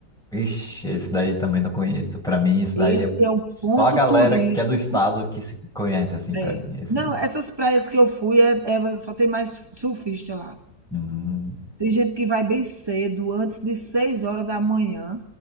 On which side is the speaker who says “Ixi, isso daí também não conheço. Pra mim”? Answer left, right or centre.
Centre